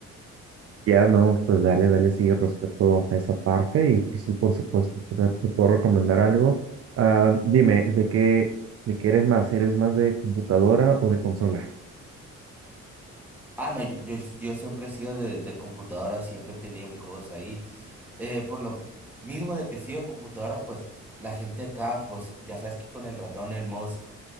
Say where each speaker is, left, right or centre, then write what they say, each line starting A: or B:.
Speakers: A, on the right; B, in the centre.
A: Ya no, pues dale, dale, sí, respecto a esa parte y pues sí, por supuesto, te, te puedo recomendar algo. Ah, dime, ¿de qué, de qué eres más? ¿Eres más de computadora o de consola?
B: Ah, no, yo, yo, yo siempre he sido de, de computadora, siempre he tenido mis juegos ahí. eh, por lo mismo de que sí computadora, pues la gente acá, pues ya sabes que con el ratón y el mouse